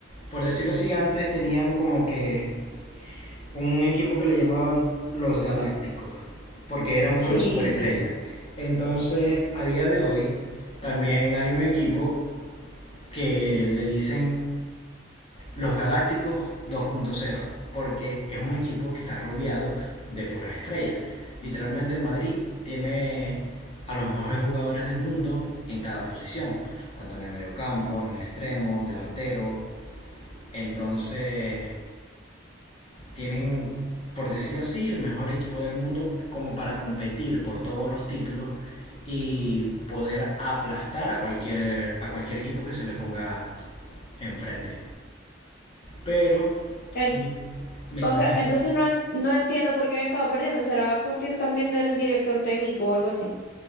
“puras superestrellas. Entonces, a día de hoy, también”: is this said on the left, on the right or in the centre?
Left